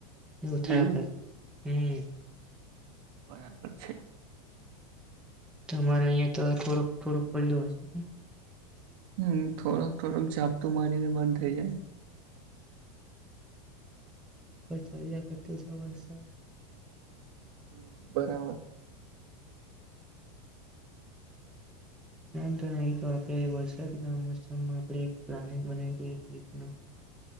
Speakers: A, in the centre; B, on the right.
A: ઉઠા
B: એવું
A: કર હમ્મ
B: બરાબર છે.
A: તમારે અહિયાં તો આ થોડુંક થોડુંક પડલું હશે.
B: હમ્મ થોડક થોડુંક જાઝાપતું મારીને બ થઈ જાય.
A: ચાલ્યા કરતું છે વરસાદ
B: હ બરાબર.
A: નહી તો આપણે વરસાદના મોસમમાં આપણે પ્લાનેટ બનાવીઈ એક રીતનું